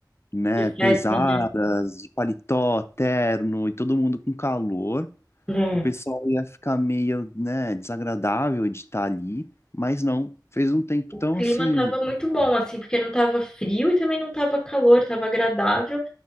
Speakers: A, on the left; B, on the left.
A: né,
B: de
A: pesadas,
B: festa, né?
A: de paletó, terno e todo mundo com calor.
B: É.
A: O pessoal ia ficar meio, né, desagradável de estar ali, mas não. Fez um tempo
B: O
A: tão
B: clima
A: assim,
B: tava muito bom, assim, porque não tava frio e também não tava calor, tava agradável.